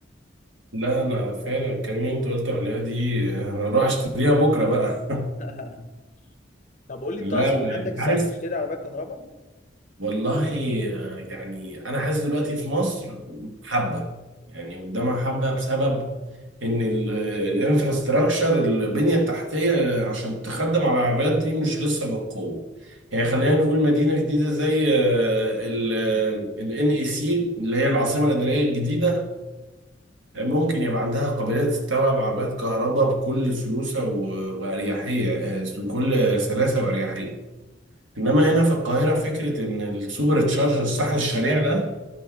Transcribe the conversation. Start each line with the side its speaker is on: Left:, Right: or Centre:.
Right: لا أنا فعلا الكلمة اللي أنت قلت عليها دي أنا أروح أشتريها بكرة بقى
Left: <laughs> طب قول لي
Right: <laughs> لا
Left: انت اصلا
Right: وأنت
Left: عندك ساعات
Right: عارف
Left: تشتري عربيه كهرباء
Right: والله آه، يعني أنا حاسس دلوقتي في مصر حبة يعني قدامها حبة بسبب إن الانفراستراكشر البنية التحتية آه، عشان تخدم على العربيات دي مش لسه بالقوة يعني خلينا نقول مدينة جديدة زي آه، ال ان اي سي اللي هي العاصمة الإدارية الجديدة ممكن يبقى عندها قابلية تستوعب عربيات كهرباء بكل سلوسة و- وأريحية آه، بكل سلاسة وأريحية إنما هنا في القاهرة فكرة إن السوبر تشارجر الصاحب الشريع ده